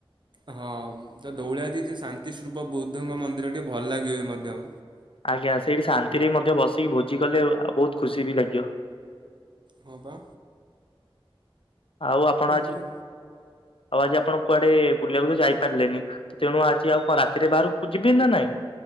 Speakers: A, on the right; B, on the left.
A: ହଁ ତ ଦୌଳାଜି ଶାନ୍ତି ସ୍ତୁପ ବୌଦ୍ଧଙ୍କ ମନ୍ଦିର ଟିକେ ଭଲ ଲାଗିବ ମଧ୍ୟ।
B: ଆଜ୍ଞା ସେଇଠି ଶାନ୍ତିରେ ମଧ୍ୟ ବସିକି ଭୋଜି କଲେ ଆଉ ବହୁତ ଖୁସି ବି ଲାଗିବ।
A: ହଁ ପା।
B: ଆଉ ଆପଣ ଆଜି
A: କୁ
B: ଆଉ ଆଜି ଆପଣ କୁଆଡେ ବୁଲିବାକୁ ତ ଯାଇପାରିଲେନି? ତେଣୁ ଆଜି ଆଉ କଣ ରାତିରେ ବାହାରକୁ ଯିବେ ନା ନାହିଁ?